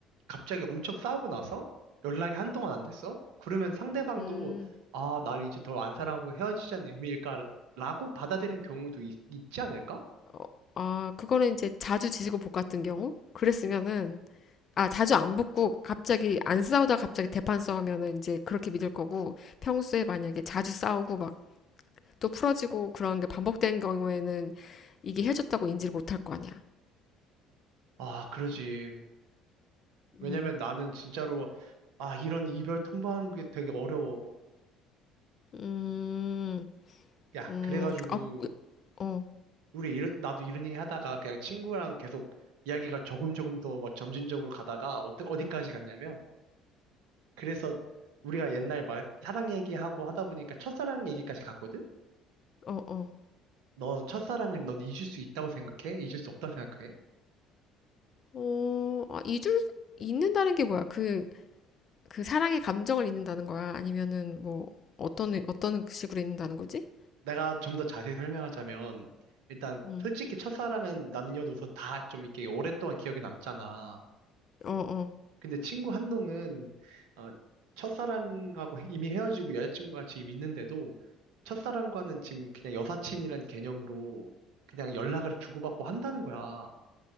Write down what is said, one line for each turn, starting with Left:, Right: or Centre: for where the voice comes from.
Right: 갑자기 엄청 싸우고 나서 연락이 한동안 안 됐어? 그러면 상대방도
Left: 음,
Right: 아, 날 이제 덜 안 사랑하고 헤어지자는 의미일까? 라고 받아들이는 경우도 있, 지 않을까?
Left: 어, 아, 그거는 이제 자주 지지고 볶 같은 경우? 그랬으면은, 아, 자주 안 붙고 갑자기 안 싸우다 갑자기 대판 싸우면은 이제 그렇게 믿을 거고, 평소에 만약에 자주 싸우고 막 또 풀어지고 그런 게 반복된 경우에는 이게 헤어졌다고 인지를 못할 거 아니야.
Right: 아, 그러지. 왜냐면
Left: 음.
Right: 나는 진짜로 아, 이런 이별 통보하는 게 되게 어려워.
Left: 음,
Right: 야,
Left: 음,
Right: 그래가지고
Left: 어, 어,
Right: 우리 이런- 나도 이런 얘기 하다가 그냥 친구랑 계속 이야기가 조금 조금 더 막 점진적으로 가다가 어떠, 어디까지 갔냐면 그래서 우리가 옛날 막 사랑 얘기하고 하다 보니까 첫사랑 얘기까지 갔거든?
Left: 어, 어.
Right: 너 첫사랑을 넌 잊을 수 있다고 생각해? 잊을 수 없다고 생각해?
Left: 어, 아, 잊을, 잊는다는 게 뭐야? 그, 그 사랑의 감정을 잊는다는 거야? 아니면은 뭐, 어떤, 어떤 식으로 잊는다는 거지?
Right: 내가 좀 더 자세히 설명하자면 일단
Left: 응
Right: 솔직히 첫사랑은 남녀노소 다 좀 이렇게 오랫동안 기억에 남잖아.
Left: 어, 어.
Right: 근데 친구 한 놈은 어, 첫사랑하고 헤- 이미 헤어지고 여자친구가 지금 있는데도 첫사랑과는 지금 그냥 여사친이란 개념으로 그냥 연락을 주고받고 한다는 거야.